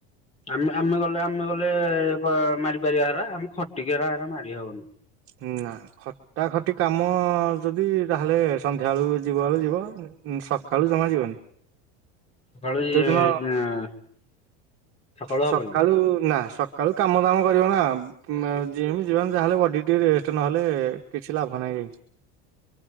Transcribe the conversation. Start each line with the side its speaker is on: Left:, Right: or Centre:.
Left: ଆମେ ଆମେ ଗଲେ ଆମେ ଗଲେ ମାରିପାରିବା ହାର ଆମେ ଖଟିକିର ହ ମାରି ହଉନି।
Right: ହୁଁ ନା। ଖଟା ଖଟି କାମ ଯଦି ତାହେଲେ ସନ୍ଧ୍ୟା ବେଳୁ ଯିବା ବେଳୁ ଯିବ। ଉ ସକାଳୁ ଜମା ଯିବନି।
Left: <unintelligible>
Right: ଯୋଉଦିନ ସକାଳୁ
Left: ହବନି
Right: ନା ସ କା କାମ ଦାମ କରିବ ନା, ଯ ଯିବାନ ଯାହାହେଲେ ବଡି ଟିକେ ରେଷ୍ଟ ନହେଲେ କିଛି ଲାଭ ନାହିଁ ଭାଇ।